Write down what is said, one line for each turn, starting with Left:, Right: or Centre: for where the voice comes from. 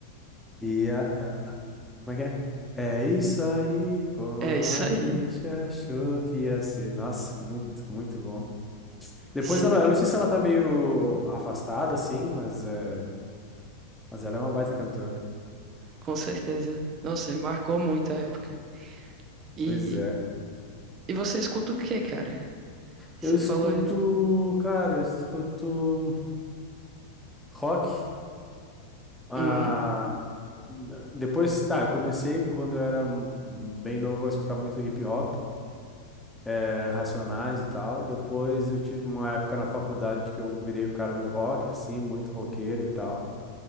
Centre: E a, a- como é que é? É isso aí, como
Right: É isso
Centre: a
Right: aí.
Centre: gente achou que ia ser. Nossa, muito, muito bom. Depois
Right: Sim,
Centre: ela,
Right: cara.
Centre: eu não sei se ela tá meio afastada, assim, mas, é, mas ela é uma baita cantora.
Right: Com certeza. Nossa, marcou muito a época. E,
Centre: Pois é.
Right: e você escuta o quê, cara? Você
Centre: Eu escuto,
Right: falou aí.
Centre: cara, eu escuto rock. Ah,
Right: Hum,
Centre: Não. Depois, tá, eu comecei quando eu era hum, bem novo a escutar muito hip hop, eh, Racionais e tal. Depois eu tive uma época na faculdade que eu virei o cara do rock, assim, muito roqueiro e tal.